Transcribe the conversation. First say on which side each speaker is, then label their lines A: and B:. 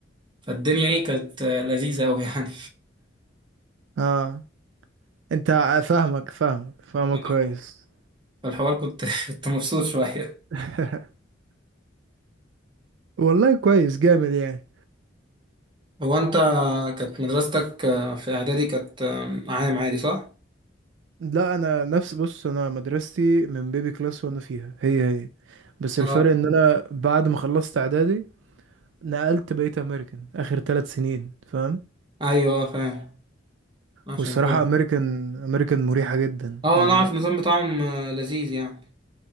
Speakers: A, on the right; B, on the right.
A: فالدنيا ايه كانت لذيذة اوي يعني
B: اه انت فاهمك فاهمك فاهمك
A: ف-
B: كويس
A: فالحوار كنت <laughs> كنت مبسوط شوية
B: <laughs> والله كويس جامد يعني
A: هو انت كانت مدرستك في اعدادي كانت عام عادي صح؟
B: لا انا نفس بص انا مدرستي من بيبي كلاس وانا فيها هي هي بس
A: اه
B: الفرق ان انا بعد ما خلصت اعدادي نقلت بقيت امريكان اخر ثلاث سنين فاهم
A: ايوه آه، فاهم عشان
B: والصراحة
A: كده
B: امريكان امريكان مريحة جدا
A: اه
B: يعني
A: انا اعرف النظام بتاعهم لذيذ يعني